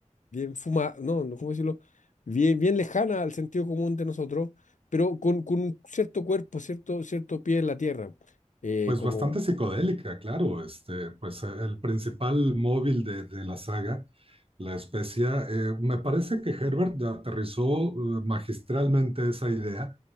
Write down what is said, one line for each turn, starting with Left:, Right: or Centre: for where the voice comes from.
Left: bien fuma, no, no, ¿cómo decirlo? Bien, bien lejana al sentido común de nosotros, pero con, con un cierto cuerpo, cierto, cierto pie en la tierra. eh,
Right: Pues
Left: como,
Right: bastante psicodélica, claro. Este, pues eh, el principal móvil de, de la saga la especia. Eh, me parece que Herbert aterrizó eh, magistralmente esa idea